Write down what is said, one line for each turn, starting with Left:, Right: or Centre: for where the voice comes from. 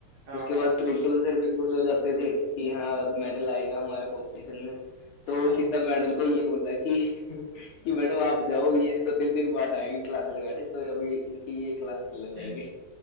Right: हाँ
Left: उसके
Right: हाँ
Left: बाद प्रिंसिपल सर भी खुश हो जाते थे कि हाँ मेडल आएगा हमारा कंपटीशन में तो
Right: हाँ।
Left: सीधा मैडम को ये बोला कि <laughs> कि मैडम आप जाओ ये दो तीन दिन बाद आएगी क्लास लगाने तो अभी इनकी ये क्लास लगाएंगे
Right: <laughs>